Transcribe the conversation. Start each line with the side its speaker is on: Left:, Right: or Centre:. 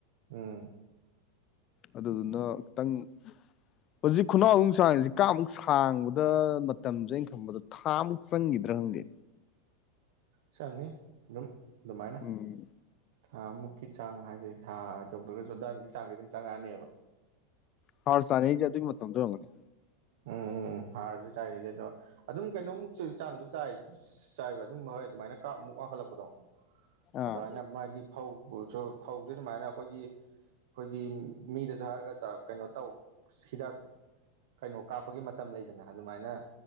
Right: ꯎꯝ
Left: ꯑꯗꯨꯗꯨꯅ ꯈꯤꯇꯪ ꯍꯧꯖꯤꯛ ꯈꯨꯅꯥꯎꯕꯤ ꯃꯨꯛ ꯁꯥꯡꯉꯤꯁ‌ꯦ ꯀꯥꯃꯨꯛ ꯁꯥꯡꯕꯗ ꯃꯇꯝꯁꯦ ꯑꯩꯅ ꯈꯪꯕꯗ ꯊꯥꯨꯛ ꯆꯪꯈꯤꯗ꯭ꯔꯥ ꯍꯪꯗꯦ
Right: ꯆꯪꯅꯤ ꯑꯗꯨꯝ ꯑꯗꯨꯃꯥꯏꯅ
Left: ꯎꯝ
Right: ꯊꯥ ꯃꯨꯛꯀꯤ ꯆꯥꯡ ꯍꯥꯏꯗꯤ ꯊꯥ ꯌꯧꯗ꯭ꯔꯒꯁꯨ ꯑꯗꯨꯋꯥꯏꯃꯨꯛꯀꯤ ꯆꯥꯡꯗꯤ ꯑꯗꯨꯝ ꯆꯪꯉꯛꯑꯅꯤꯕ
Left: ꯍꯥꯔ ꯆꯥꯏ ꯔꯤꯉꯩꯒꯤ ꯑꯗꯨ ꯃꯇꯝꯝꯗ‌ꯣ ꯑꯣꯏꯔꯝꯅꯤ
Right: ꯎꯝ ꯍꯥꯔꯁꯨ ꯆꯥꯏꯔꯛꯏꯁꯦ ꯑꯗ ꯑꯗꯨꯝ ꯀꯩꯅꯣꯃꯨꯛ ꯆ ꯆꯥꯡꯗ ꯆꯥꯏꯔꯤꯁ ꯆꯥꯏꯕ ꯑꯗꯨꯝ ꯍꯣꯏ ꯑꯗꯨꯃꯥꯏꯅ ꯀꯥꯞ ꯃꯨꯛ ꯋꯥꯡꯈꯠꯂꯛꯄꯗꯣ
Left: ꯑꯥ
Right: ꯑꯗꯨꯃꯥꯏꯅ ꯃꯥꯒꯤ ꯐꯧꯁꯨ ꯐꯧꯁꯦ ꯁꯨꯃꯥꯏꯅ ꯑꯩꯈꯣꯏꯒꯤ ꯑꯩꯈꯣꯏꯒꯤ ꯃꯤꯗꯁꯨ ꯍꯥꯏꯔꯒ ꯆ ꯀꯩꯅꯣ ꯇꯧ ꯍꯤꯗꯥꯛ ꯀꯩꯅꯣ ꯀꯥꯞꯄꯒꯤ ꯃꯇꯝ ꯂꯩꯗꯅ ꯑꯗꯨꯃꯥꯏꯅ